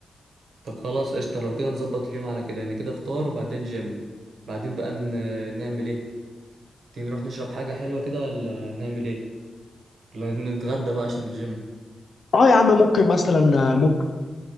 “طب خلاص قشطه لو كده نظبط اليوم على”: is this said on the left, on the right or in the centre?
Right